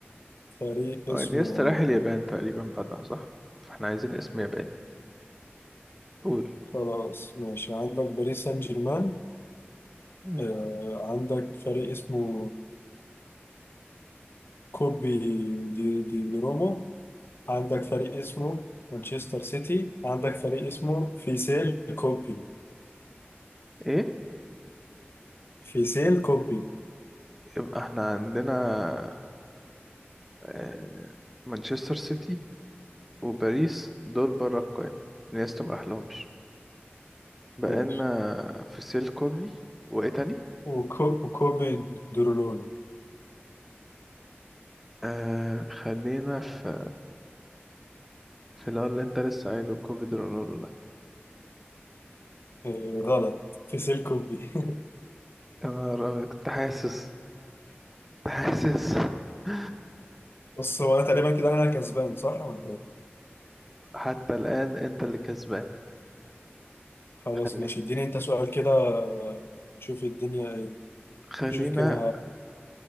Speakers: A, on the left; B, in the centre.
A: فريق
B: هو
A: اسمه
B: انيستا راح اليابان تقريبا بعدها صح؟ فاحنا عايزين اسم ياباني قول
A: خلاص ماشي عندك باريس سان جيرمان
B: مم.
A: آه عندك فريق اسمه كوبي دي, دي روما عندك فريق اسمه مانشستر سيتي عندك فريق اسمه فيسيل كوبي
B: ايه
A: فيسيل كوبي
B: يبقى احنا عندنا آه، مانشستر سيتي وباريس دول بره القايمة انيستا ما راحلهمش بقينا
A: ماشي
B: في سيل كوبي وايه تاني
A: وكو- وكوبي درولولو
B: آه خلينا في في اللي هو اللي انت لسه قايله كوبي درونولو ده
A: آه، غلط فيسيل كوبي <laughs>
B: يا نهار أبيض، كنت حاسس كنت حاسس <laughs>
A: بص هو انا تقريبا كده انا كسبان صح ولا إيه؟
B: حتى الآن انت اللي كسبان
A: خلاص
B: خلي...
A: ماشي اديني انت سؤال كده آه، نشوف الدنيا ايه
B: خلينا
A: نشوف كده